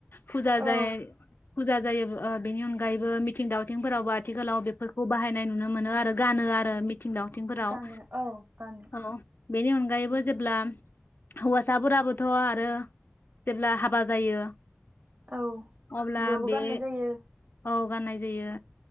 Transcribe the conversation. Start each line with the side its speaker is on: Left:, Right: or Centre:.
Left: फुजा
Right: औ
Left: जायो फुजा जायो ओ बेनि अनगायैबो मिथिं दावथिंफोरावबो आथिखालाव बेफोरखौ बाहायनाय नुनो मोनो आरो गानो आरो। थिं दावथिंफोराव
Right: गानो औ गानो
Left: औ बेनि अनगायैबो जेब्ला हौवासाफोराबोथ' आरो जेब्ला हाबा जायो।
Right: औ
Left: अब्ला
Right: बेयावबो
Left: बे
Right: गाननाय जायो
Left: औ गाननाय जायो।